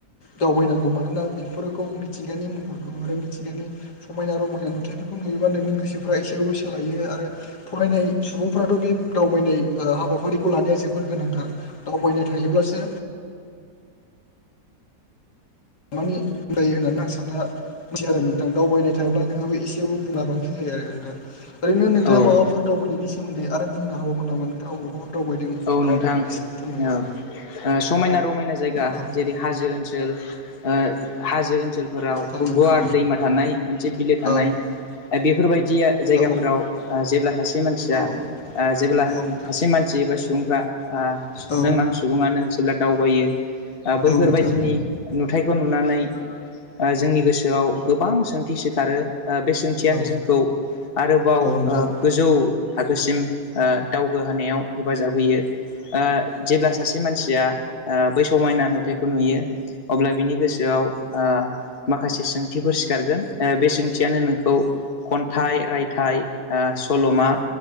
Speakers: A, on the left; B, on the left.
A: दावबायनांगौ मानोना बेफोरखौ मिथिंगानि महर आरो मिथिगानि समायना रमायना नुथायफोरखौ नुयोबा नोंनि गोसोफ्रा एसेबाबो सोलायो आरो। फरायनाय सुबुंफोराथ' बे दावबायनाय हाबाफारिखौ लानाया जोबोर गोनांथार दावबायनाय थायोब्लासो मानि जायो होननानै आं साननासै आरो नोंथां दावबायनाय थायाब्ला नोंहाबो एसेयावबो गोहोआ बांसिन जायो। ओरैनो नोंथाङा
B: औ
A: माबाफोर दावबाय बेनि सोमोन्दै आरो बुंनो हागावगोन नामा नोंथा अबावबा दावबायदों
B: औ
A: नामा
B: नोंथां
A: बेखौ एसे फोरमायो
B: औ
A: नोंथां
B: समायना रमायना जायगा
A: औ
B: जेरै हाजो ओनसोल ओ हाजो ओनसोलफोराव
A: औ नोंथां
B: गुवार दैमा थानाय मोनसे बिलो थानाय
A: औ
B: बेफोरबायदिया जायगाफोराव
A: औ
B: जेब्ला सासे मानसिया
A: औ
B: ओ‌ जेब्ला
A: औ नोंथां
B: सासे मानसि एबा सु- ओ
A: औ
B: नों आं सुबुङानो जेब्ला दावबायो बैफोरबायदिनि
A: औ नोंथां औ नोंथां
B: नुथायखौ नुनानै जोंनि गोसोआव गोबां सोंथि सिखारो बे सोंथियानो
A: औ नोंथां औ नोंथां औ नोंथां औ
B: जोंखौ आरोबाव
A: औ
B: ओ गोजौ थाखोसिम ओ दावगा होनायाव हेफाजाब होयो जेब्ला सासे मानसिया ओ बै समायना नुथायखौ नुयो अब्ला बिनि गोसोआव ओ माखासे सोंथिफोर सिखारगोन ओ बे सोंथियानो नोंखौ खन्थाइ रायथाइ ओ सल'मा